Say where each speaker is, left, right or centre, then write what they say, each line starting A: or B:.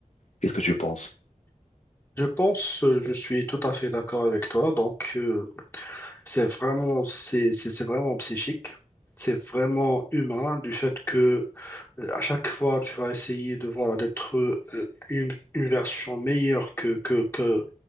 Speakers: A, on the left; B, on the left.
A: Qu'est-ce que tu penses?
B: Je pense, euh, je suis tout à fait d'accord avec toi. Donc, euh, c'est vraiment, c'est, c'est c'est vraiment psychique. C'est vraiment humain du fait que euh, à chaque fois, tu vas essayer de voilà, d'être euh, une, une version meilleure que, que, que,